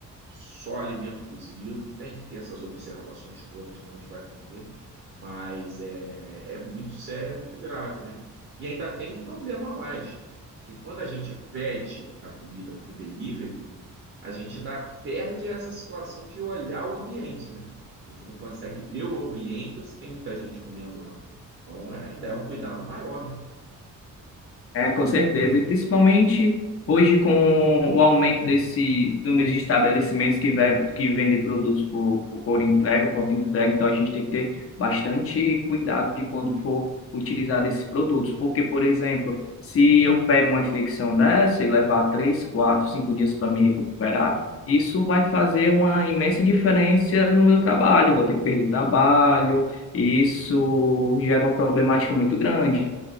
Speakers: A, on the right; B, on the left.
A: só alimento cozido, tem que ter essas observações todas de onde vai comer, mas é, é muito sério, é muito grave, né? E ainda tem um problema a mais que quando a gente pede a comida por delivery, a gente ainda perde essa situação de olhar o ambiente, né? A gente não consegue ver o ambiente ou se tem muita gente comendo lá. Então, é- ainda é um cuidado maior, né?
B: É, com certeza. E principalmente hoje, com o aumento desse número de estabelecimentos que, ve- que vendem produtos por, por entrega, pronto entrega, então a gente tem que ter bastante cuidado de quando for utilizar esses produtos. Porque, por exemplo, se eu pego uma infecção dessa e levar três, quatro, cinco dias para me recuperar, isso vai fazer uma imensa diferença no meu trabalho. Vou ter que perder trabalho, e isso gera uma problemática muito grande.